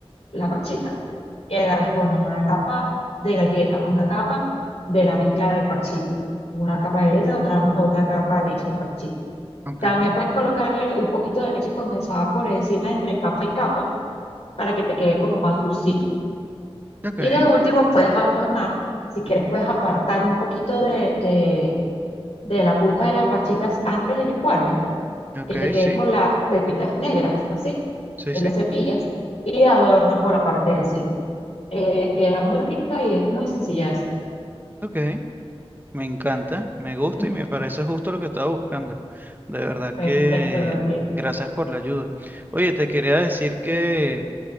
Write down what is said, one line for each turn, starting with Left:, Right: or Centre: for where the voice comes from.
Left: la parchita. Y agarras y pones una capa de galleta, una capa de la mezcla de parchita, una capa de galleta, otra, otra capa de mezcla de parchita.
Right: ok,
Left: También puedes colocarle un poquito de leche condensada por encima entre capa y capa para que te quede como más dulcito.
Right: ok,
Left: Y de último puedes adornar, si quieres puedes apartar un poquito de, de, de la pulpa de las parchitas antes de licuarla,
Right: ok,
Left: que te quede
Right: sí,
Left: con las pepitas negras, así,
Right: sí,
Left: de
Right: sí,
Left: las semillas, y adornas por la parte de encima. Eh, queda muy rica y es muy sencilla de hacer.
Right: ok. Me encanta,
Left: Bueno,
Right: me gusta
Left: <laughs>
Right: y me parece justo lo que estaba buscando. De verdad
Left: perfecto,
Right: que
Left: Gabriel.
Right: gracias por la ayuda. Oye, te quería decir que